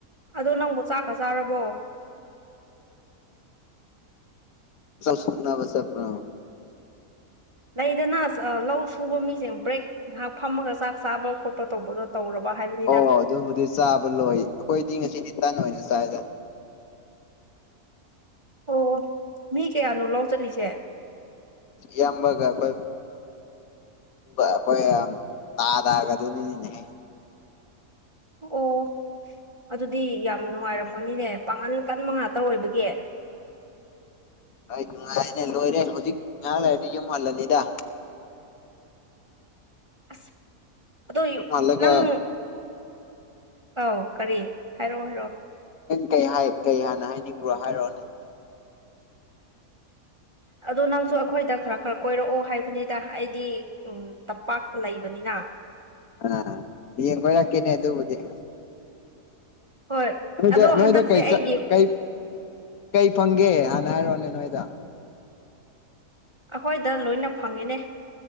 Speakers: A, on the right; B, on the left.
A: ꯑꯗꯣ ꯅꯪꯕꯨ ꯆꯥꯛꯀ ꯆꯥꯔꯕꯣ
B: ꯁꯅꯕꯁꯦ ꯄꯨꯔꯣ
A: ꯂꯩꯗꯅ ꯂꯧ ꯁꯨꯕ ꯃꯤꯁꯤꯡꯦ ꯕ꯭ꯔꯦꯛ ꯉꯥꯏꯍꯥꯛ ꯐꯝꯃꯒ ꯆꯥꯛ ꯆꯥꯕ ꯈꯣꯠꯄ ꯇꯧꯕꯗꯣ ꯇꯧꯔꯕ ꯍꯥꯏꯕꯅꯤꯗ
B: ꯑꯣ ꯑꯗꯨꯕꯨꯗꯤ ꯆꯥꯕ ꯂꯣꯏ ꯑꯩꯈꯣꯏꯗꯤ ꯉꯁꯤꯗꯤ ꯇꯟ ꯑꯣꯏꯅ ꯆꯥꯏꯒ
A: ꯑꯣ ꯃꯤ ꯀꯌꯥꯅꯣ ꯂꯥꯎ ꯆꯠꯂꯤꯁꯦ
B: ꯌꯥꯝꯕꯒ ꯑꯩꯈꯣꯏ ꯑꯩꯈꯣꯏ ꯇꯥ ꯇꯥꯒꯗꯣꯏꯅꯤꯅꯤꯅꯦ
A: ꯑꯣ ꯑꯗꯨꯗꯤ ꯌꯥꯝ ꯅꯨꯡꯉꯥꯏꯔꯝꯒꯅꯤꯅꯦ ꯄꯥꯡꯒꯟ ꯀꯟ ꯃꯉꯥꯇ ꯑꯣꯏꯕꯒꯤ
B: ꯍꯣꯏ ꯅꯨꯡꯉꯥꯏꯔꯅꯦ ꯂꯣꯏꯔꯦ ꯍꯧꯖꯤꯛ ꯉꯥꯏꯍꯥꯛ ꯂꯩꯔꯗꯤ ꯌꯨꯝ ꯍꯜꯂꯅꯤꯗ
A: ꯑꯁ ꯑꯗꯣ
B: ꯌꯨꯝ ꯍꯜꯂꯒ
A: ꯅꯪ ꯑꯥꯎ ꯀꯔꯤ ꯍꯥꯏꯔꯛꯑꯣ ꯍꯥꯏꯔꯛꯑꯣ
B: ꯀ ꯍꯥꯏ ꯀꯩ ꯍꯥꯟꯅ ꯍꯥꯏꯅꯤꯡꯕ꯭ꯔꯣ ꯍꯥꯏꯔꯛꯑꯣꯅꯦ
A: ꯑꯗꯣ ꯅꯪꯁꯨ ꯑꯩꯈꯣꯏꯗ ꯈꯔ ꯈꯔ ꯀꯣꯏꯔꯛꯑꯣ ꯍꯥꯏꯕꯅꯤꯗ ꯑꯩ ꯗꯤ ꯎꯝ ꯇꯝꯄꯥꯛꯇ ꯂꯩꯕꯅꯤꯅ
B: ꯑꯥ ꯌꯦꯡ ꯀꯔ ꯀꯦꯅꯦ ꯑꯗꯨꯕꯨꯗꯤꯦ
A: ꯍꯣꯏ
B: ꯅꯣꯏꯗ
A: ꯑꯗꯣ ꯍꯟꯗꯛꯁꯦ
B: ꯅꯣꯏꯗ ꯀꯩ
A: ꯑꯩꯒꯤ
B: ꯆ ꯀꯩ ꯀꯩ ꯐꯪꯒꯦ ꯍꯥꯟꯅ ꯍꯥꯏꯔꯣꯅꯦ ꯅꯣꯏꯗ
A: ꯑꯩꯈꯣꯏꯗ ꯂꯣꯏꯅ ꯐꯪꯉꯤꯅꯦ